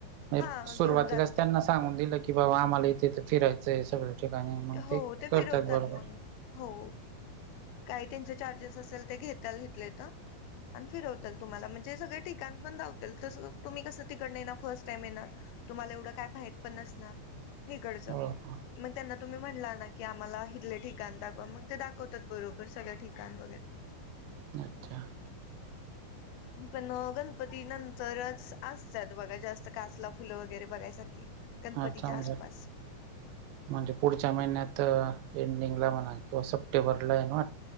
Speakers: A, on the left; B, on the right.
A: हा
B: एक सुरुवातीलाच
A: घेऊन जात
B: त्यांनाच सांगून दिलं की बाबा आम्हाला इथे इथे फिरायचंय, सगळ्या ठिकाणी मग
A: हो
B: ते करतात
A: फिरवतात
B: बरोबर.
A: मग हो. काय त्यांचे चार्जेस असेल ते घेत्यात इथल्या इथं. आणि फिरवत्याल तुम्हाला. म्हणजे सगळे ठिकाणपण दावत्याल, तसं तुम्ही कसं तिकडनं येणार फर्स्ट टाईम येणार. तुम्हाला एवढं काय माहित पण नसणार. इकडचं.
B: हो हो
A: मग त्यांना तुम्ही म्हणला ना, की आम्हाला इथले ठिकाण दाखवा. मग ते दाखवतात बरो बर सगळ्या ठिकाण वगैरे.
B: <unintelligible>
A: पण गणपती नंतरच असत्यात बघा, जास्त कासला फुलं वगैरे बघायसारखी. गणपतीच्या
B: हा छान
A: आसपास
B: जा म्हणजे पुढच्या महिन्यात एंडिंगला म्हणा किंवा सप्टेंबरला आहे ना वाट